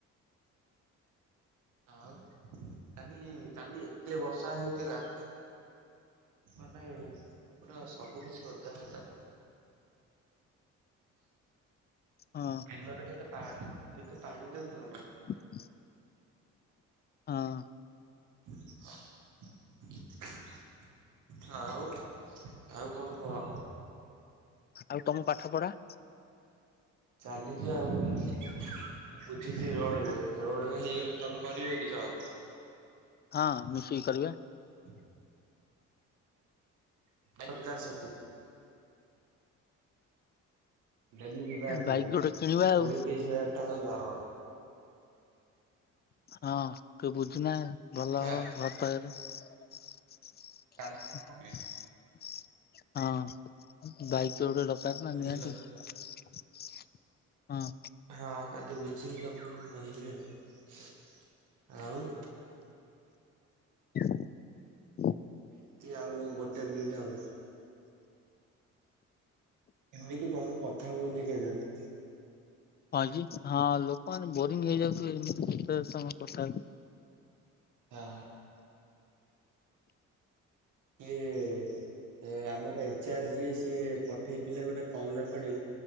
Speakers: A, on the right; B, on the left.
A: ଆଉ କାଲି କାଲି ଏତେ ବର୍ଷା ହେଇଥିଲା। ମାନେ ପୁରା ସବୁ କିଛି ଓଦା ଓଦା।
B: ହଁ
A: ବିଲରେ କେତେ ପା କେତେ ପାଣି ଦେଖୁଚ ନା।
B: <unintelligible> ହଁ।
A: <unintelligible> ହଉ ଆଉ କଣ କୁହ?
B: ଆଉ ତମ ପାଠ ପଢା
A: ଚାଲିଚି ଆଉ। ମୁଁ ବୁଝିଛି ରୋଡରେ ରୋଡରେ ହେଇଗଲେ ତମେ କରିବ କି ଜବ?
B: ହଁ ମିଶିକି କରିବା।
A: <unintelligible> <unintelligible> ଡେଲି ଯିବା ଆସିବା
B: ବାଇକ୍ ଗୋଟେ କିଣିବା ଆଉ
A: କୋଡିଏ ତେଇଶ ହଜାର ଟଙ୍କା ଦରମା।
B: ହଁ। ତୁ ବୁଝୁନା
A: ଦେଖିଆ
B: ଭଲ ହବ ଘ <unintelligible>
A: କାଲି
B: ହଁ ବାଇକ୍ ଗୋଟେ ଦରକାର ନା
A: ବୁଝିଲ
B: ନିହାତି। ହଁ।
A: ହଁ କାଲି ବୁଝିକି ତମକୁ ମୁଁ କହିବି ଆଉ। ଆଉ
B: <unintelligible>
A: ଏମତି ଆଉ ଗୋଟେ ମିନିଟ୍ ଆଉ। କେମିତି କଣ କଥା ହୁଅନ୍ତି କେଜାଣି?
B: ହଁ କି ହଁ ଲୋକମାନେ ବୋରିଂ ହେଇଯାଉଥିବ ଏମିତି କେତେ ସମୟ କଥା ହେଇ
A: ଆଁ। ସିଏ ଏ ଆମର ଏଚାର୍ ଯିଏ ସିଏ ପଠେଇଥିଲେ ଗୋଟେ କଲ ରେକଡିଂ।